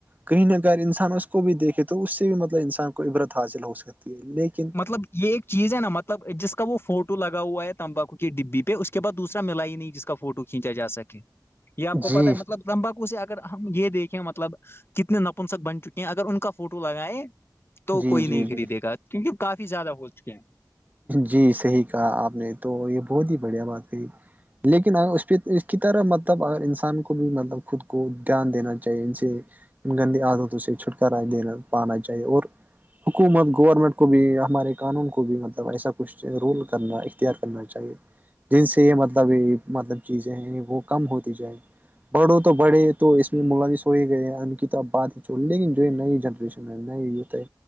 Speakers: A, on the right; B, on the left.
A: کہیں نہ اگر انسان اس کو بھی دیکھے تو اس سے بھی مطلب انسان کو عبرت حاصل ہو سکتی ہے لیکن
B: مطلب یہ ایک چیز ہے نا مطلب جس کا وہ فوٹو لگا ہوا ہے تمباکو کے ڈبی پہ اس کے بعس دوسرا ملا ہی نہیں جس کا فوٹو کھینچا جا سکے یہ آپ کو
A: جی
B: پتتا ہے مطلب لمباکو سے اگر ہم یہ دیکھیں مطلب کتنے نپنسک بن چکے اگر ان کا فوٹو لگائے تو
A: جی
B: کوئی نہیں
A: جی جی
B: خریدے گا کیونکہ کافی زیادہ ہو چکے ہیں
A: جی صحیح کہا آپ نے تو یہ بہت ہی بڑھیا بات تھی لیکن ا اس پہ اس کی طرح مطلب اگر انسان کو بھی مطلب خود کو دھیان دینا چاہیے ان سے ان گندی عادتوں سے چھٹکارا دین پانا چاہیے اور حکومت گورنمنٹ کو بھی ہمارے قانون کو بھی مطلب ملب ایسا کچھ رول کرنا اختیار کرنا چاہیے جن سے یہ مطلب یہ مطلب چیزیں ہیں وہ کم ہوتی جائیں بڑو تو بڑے تو اس میں ملوث ہو ہی گئے ہیں ان کی تو اب بات ہی چو لیکن جو یہ نئی جنریشن میں نئے یتے ہے